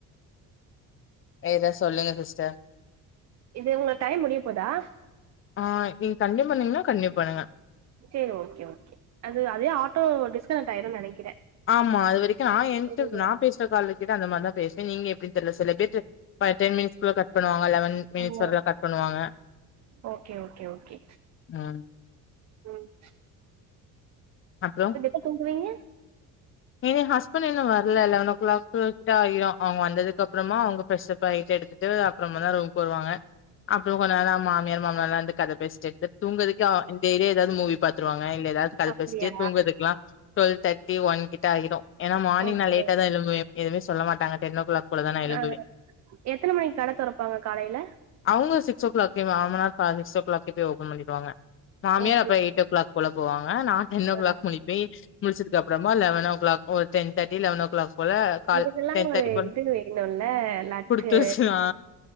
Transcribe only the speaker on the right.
இது உங்க டைம் முடிய போதா
செரி ஓகே ஓகே அது அதே ஆட்டோ டிஸ்கனெக்ட் ஆயிரோனு நெனைக்கிறே
ம்
ஓ
ஓகே ஓகே ஓகே
ம்
எப்ப தூங்குவீங்க
அப்டியா
ஓகே
ஆ எத்தன மணிக்கு கட தொறப்பாங்க காலைல
ஓகே
ஆ
இதுக்கெல்லா
ஒரு
இது வேணுல்ல லக்கு